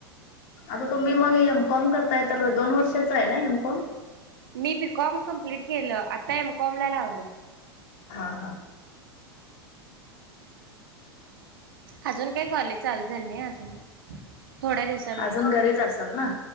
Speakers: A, on the left (about 50°); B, on the right (about 60°).
A: आता तुम्ही मग एमकॉम करताय तर दोन वर्षाच आहे ना एमकॉम.
B: मी बीकॉम कम्प्लीट केलं आता एमकॉम ला लावलंय.
A: हा हा.
B: अजून काही कॉलेज चाल झाल नाही अजून थोड्या दिवस
A: अजून घरीच असाल ना